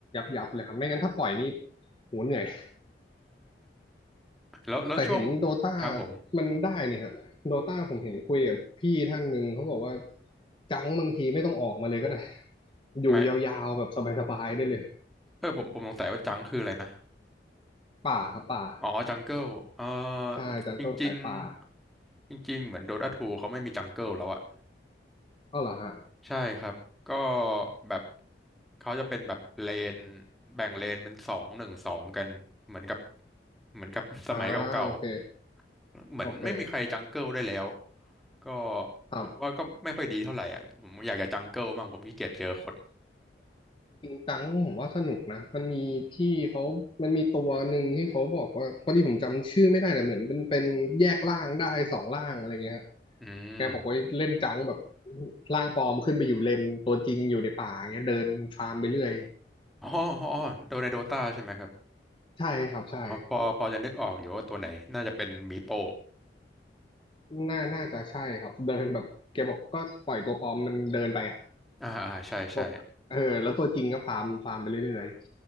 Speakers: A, on the left; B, in the centre.
A: ยับๆเลยครับไม่งั้นถ้าปล่อยนี่โหเหนื่อย
B: แล้วแล้วช่วง
A: แต่เห็นโดตา
B: ครับผม
A: มันได้นี่ฮะโดตาผมเห็นคุยกับพี่ท่านหนึ่งเขาบอกว่าจังบางทีไม่ต้องออกมาเลยก็ได้อยู่ยาวๆแบบสบายๆได้เลย
B: ไม่เออผมผมสงสัยว่าจังคืออะไรนะ
A: ป่าครับป่า
B: อ๋อจังเกิลเออจริง
A: ใช่จังก็สายป่า
B: ๆจริงๆเหมือนโดตาูเขาไม่มีจังเกิลแล้วอะ
A: ก็เหรอฮะ
B: ใช่ครับก็แบบเขาจะเป็นแบบเลนแบ่งเลนเป็นสองหนึ่งสองกันเหมือนกับเหมือนกับ <laughs> สมัยเก่า
A: อ่าโอเค
B: ๆเหมือนไม่มีใครจังเกิลได้แล้ว
A: โอเค
B: ก็
A: ครับ
B: ผมว่าก็ไม่ค่อยดีเท่าไหร่อ่ะผมอยากจะจังเกิลมั่งผมขี้เกียจเจอคน
A: ปิงกังผมว่าสนุกนะมันมีพี่เขามันมีตัวหนึ่งที่เขาบอกว่าพอดีผมจำชื่อไม่ได้แต่เหมือนเป็นเป็นแยกร่างได้สองร่างอะไรเงี้ยฮะ
B: อืม
A: แกบอกว่าเล่นจังแบบร่างปลอมขึ้นไปอยู่เลนตัวจริงอยู่ในป่าเงี้ยเดินฟาร์มไปเรื่อย
B: อ๋ออ๋ออ๋อโดในโดตาใช่ไหมครับ
A: ใช่ครับใช่
B: อ๋อพอพอจะนึกออกอยู่ว่าตัวไหนน่าจะเป็นมีโป
A: น่าน่าจะใช่ครับเดินแบบแกบอกก็ปล่อยตัวปลอมมันเดินไปอ่ะ
B: อ่าอ่าใช่ใช่
A: บอกเออแล้วตัวจริงก็ฟาร์มฟาร์มไปเรื่อย